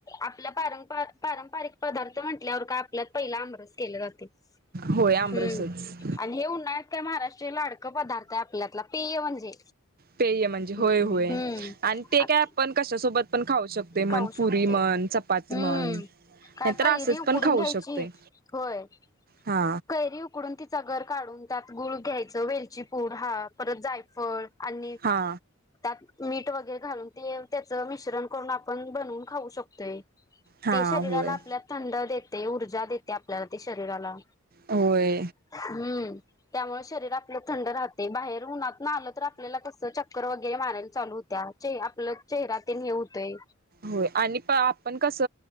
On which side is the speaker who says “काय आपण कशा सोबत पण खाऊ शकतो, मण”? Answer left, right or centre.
Right